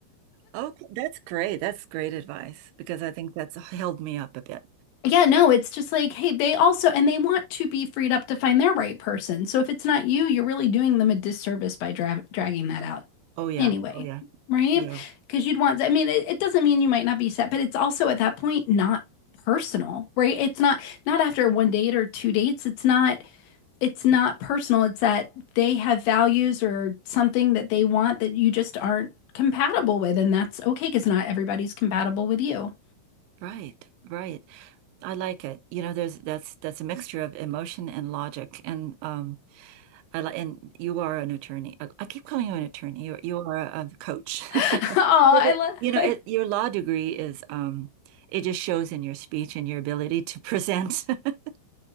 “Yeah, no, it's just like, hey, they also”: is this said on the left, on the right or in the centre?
Left